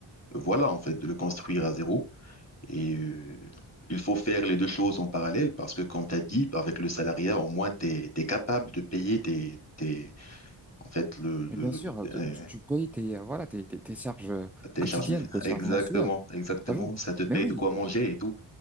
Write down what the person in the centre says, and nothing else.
Mais
bien sûr, euh,
tu, tu payes tes, euh, voilà, tes, tes, tes charges euh,
quotidiennes,
tes charges
mensuelles,
t'as vu?
Mais oui,